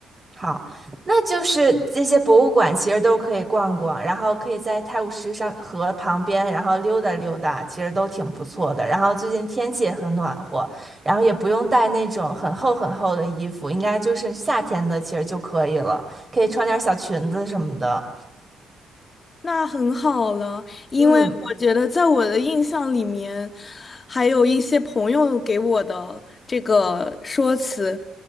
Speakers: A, on the right; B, on the left.
A: 好，那就是这些博物馆其实都可以逛逛，然后可以在泰晤士上河旁边，然后溜达溜达，其实都挺不错的。然后最近天气也很暖和，然后也不用带那种很厚很厚的衣服，应该就是夏天的其实就可以了，可以穿点小裙子什么的。
B: 那很好了，因为我觉得在我的印象里面，
A: 嗯
B: 还有一些朋友给我的这个说辞，